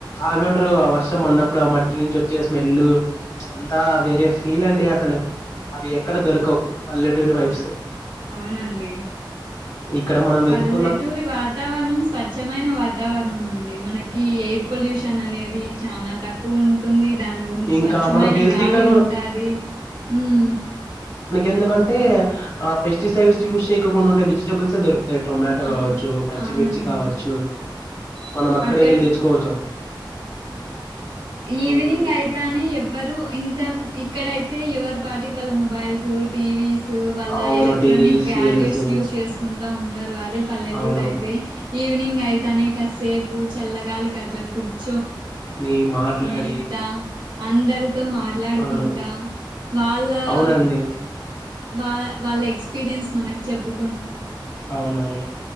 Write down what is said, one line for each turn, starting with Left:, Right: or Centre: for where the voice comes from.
Left: ఆ ఏమంట్రూ ఆ వర్షం అన్నప్పుడు ఆ మట్టి నుంచి వచ్చే స్మెల్లు ప్చ్ అంతా వేరే ఫీల్ అండి అసలు అవి ఎక్కడ దొరకవు
Right: ఆ
Left: పల్లెటూరి వైబ్స్
Right: ఆ అవునండి
Left: ఇక్కడ మనం వెతుకు
Right: పల్లెటూరి వాతావరణం స్వచ్ఛమైన వాతావరణం అండి మనకి ఏ పొల్యూషన్ అనేది చానా తక్కువ ఉంటుంది ఉంటుంది దాని గు
Left: ఇంకా
Right: స్వచ్ఛమైన
Left: మనం హెల్తీగా
Right: గాలి
Left: కూడా
Right: ఉంటాది ఊమ్
Left: ఎందుకంటే ఆ పెస్టిసైడ్స్యూస్ చేయకొకుండె వెజిటబుల్స్ ఏ దొరు తే టొమాటో కావచ్చు
Right: అవును
Left: పచ్చిమిర్చి
Right: అవునండి.
Left: కావచ్చు మనం అక్కడే
Right: అక్కడ
Left: వెళ్ళి తెచ్చుకోవచ్ హ్మ్
Right: ఈవినింగ్ అయితనే ఎవ్వరు ఇంత ఇక్కడైతే ఎవరి పాటికి వాళ్ళ మొబైల్ సు టీవీసు వాళ్ల
Left: అవును
Right: electronic
Left: TV serials
Right: gadgets use చేసుకుంటా ఉంటారు అదే పల్లెటూర్
Left: అవును
Right: అయితే ఈవినింగ్ అయితనే కాసేపు చల్లగాలికట్లా కుర్చో
Left: నీ మాట్లాడి
Right: నీ త అందరితో మాట్లాడుకుంటా
Left: అవును
Right: వాళ్ళ
Left: అవునండి.
Right: ఎ ఒ వా వాళ్ళ ఎక్స్పీరియన్స్ మనకు చెప్పు
Left: అవునవును